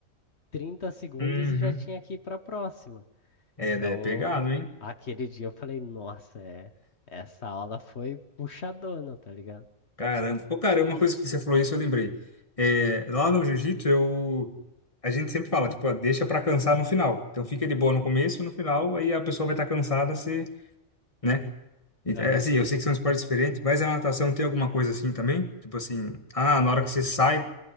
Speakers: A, on the left (about 55°); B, on the left (about 25°).
A: trinta segundos
B: Uhum.
A: e já tinha que ir para a próxima.
B: É,
A: Então,
B: é pegado, hein?
A: aquele dia eu falei, nossa, é, essa aula foi puxadona, tá ligado?
B: Caramba. Pô, cara, uma coisa que você falou isso, eu lembrei. É, lá no jiu-jitsu, eu... a gente sempre fala, tipo, ó, deixa pra cansar no final. Então fica de boa no começo, no final, aí a pessoa vai estar cansada, se, né? E,
A: Aham.
B: é, assim, eu sei que são esportes diferentes, mas a natação tem alguma coisa assim também? Tipo assim, ah, na hora que você sai,